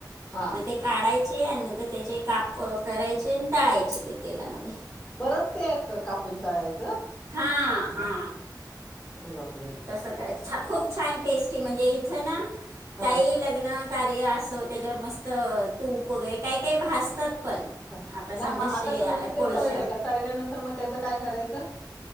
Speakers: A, on the left; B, on the right.
A: हा
B: मग ते- काढायचे आणि नंतर त्याचे काप करायचे आणि तळायचे ते तेलामध्ये.
A: परत ते कापून तळायचं?
B: हा,
A: अच्छा
B: हा.
A: अरे बापरे. !
B: तसं का <unintelligible> खूप छान टेस्टी म्हणजे इथं ना
A: हा
B: काही लग्न - कार्य असो, त्याच्यावर मस्त तूप वगैरे काही, काही भासतात पण.
A: नाही,
B: आता समजा
A: मग
B: शे
A: आता समजा तू
B: कोळशा
A: ते तळले, का तळल्यानंतर मग त्याचं काय करायचं?